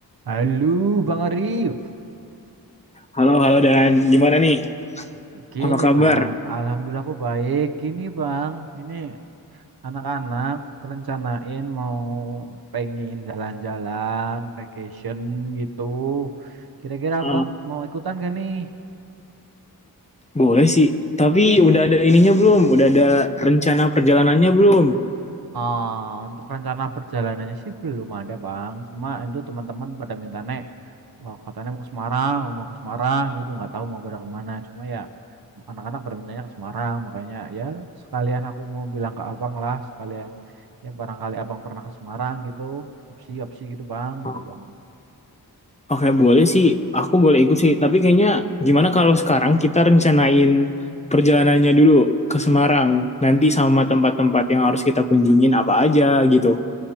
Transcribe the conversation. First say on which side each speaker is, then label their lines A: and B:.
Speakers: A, on the right; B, on the left.
A: Halo Bang Arif,
B: Halo, halo Dan. Gimana nih?
A: gini
B: Apa kabar?
A: Bang, Alhamdulillah aku baik. Gini Bang, ini anak-anak rencanain mau pengen jalan-jalan, vacation gitu. Kira-kira
B: Hmm.
A: Bang mau ikutan gak nih?
B: Boleh sih. Tapi udah ada ininya belum? Udah ada rencana perjalanannya belum?
A: Ah, untuk rencana perjalanannya sih belum ada Bang, cuma itu teman-teman pada minta nek oh, katanya mau ke Semarang, mau ke Semarang gitu, nggak tahu mau pada kemana. Cuma ya anak-anak pada mintanya ke Semarang, makanya ya sekalian aku mau bilang ke abang lah, sekalian ya barangkali abang pernah ke Semarang gitu, opsi-opsi gitu bang,
B: Hmm.
A: gitu bang.
B: Oke, boleh sih. Aku boleh ikut sih. Tapi kayaknya gimana kalau sekarang kita rencanain perjalanannya dulu ke Semarang. Nanti sama tempat-tempat yang harus kita kunjungin apa aja gitu.